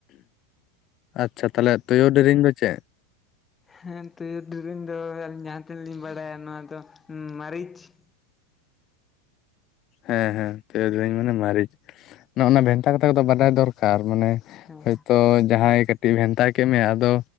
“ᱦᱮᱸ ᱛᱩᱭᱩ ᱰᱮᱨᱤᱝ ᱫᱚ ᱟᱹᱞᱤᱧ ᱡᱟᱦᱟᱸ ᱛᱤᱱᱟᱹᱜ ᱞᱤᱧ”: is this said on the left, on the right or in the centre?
Left